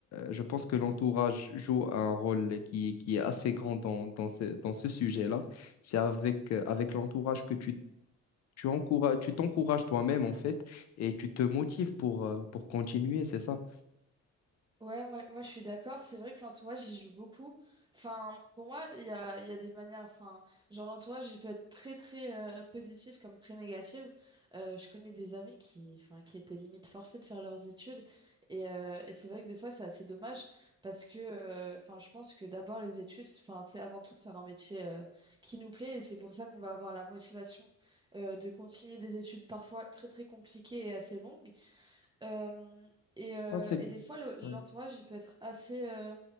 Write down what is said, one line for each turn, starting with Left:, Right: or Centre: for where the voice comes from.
Left: je pense que l'entourage joue un rôle qui, qui est assez grand dans, dans ce, dans ce sujet-là. C'est avec, euh, avec l'entourage que tu, tu encourages, tu t'encourages toi-même, en fait, et tu te motives pour, euh, pour continuer, c'est ça?
Right: Ouais, moi, moi je suis d'accord. C'est vrai que l'entourage, j'y joue beaucoup. Enfin, pour moi, il y a, il y a des manières. Enfin, genre, l'entourage, il peut être très, très euh, positif comme très négatif. Euh, je connais des amis qui, enfin, qui étaient limite forcés de faire leurs études. Et, euh, et c'est vrai que des fois, c'est assez dommage parce que, euh, enfin, je pense que d'abord, les études, enfin, c'est avant tout faire un métier euh, qui nous plaît. Et c'est pour ça qu'on va avoir la motivation euh, de continuer des études parfois très, très compliquées et assez longues. Euh, et, euh,
Left: Non, c'est...
Right: et des fois, le- l'entourage,
Left: Ouais,
Right: il peut être assez, euh,